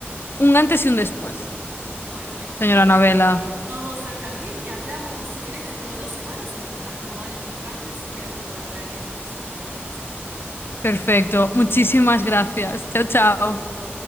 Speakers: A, on the left; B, on the right.
A: Un antes y un después,
B: Bueno, espero
A: señora Anabela.
B: que todo salga bien y hablamos, si querés, dentro de dos semanas y me contás cómo van estos cambios y espero que puedas ver estas cositas nuevas en tu vida.
A: Perfecto. Muchísimas gracias. Chao, chao.
B: Un gusto.